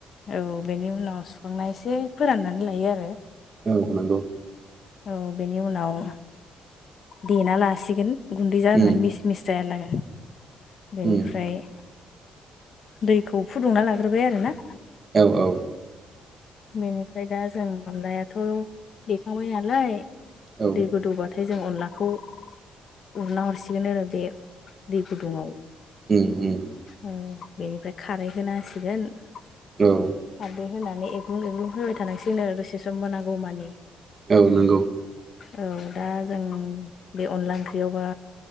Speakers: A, on the left (about 55°); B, on the right (about 35°).
A: औ बेनि उनाव सुखांना एसे फोराननानै लायो आरो
B: औ नंगौ।
A: औ बेनि उनाव देना लासिगोन। गुन्दै जानाय
B: उम
A: मिस मिस जानो बेनिफ्राय
B: उम
A: दैखौ फुदुंना लाग्रोबाय आरो ना
B: औ औ
A: बेनिफ्राय दा जों अनलायाथ' देखांबाय नालाय।
B: औ
A: दै गोदौबाथाय जों अनलाखौ उरना हरसिगोन आरो बे दै गुदुङाव।
B: ओम ओम
A: औ बेनिफ्राय खारै होना होसिगोन। खारदै
B: औ
A: होनानै एग्लुं एग्लुं होबबाय थानांसिगोन आरो दसे सम मोनागौ मानि।
B: औ नंगौ
A: औ दा जों बे अनला ओंख्रियावबा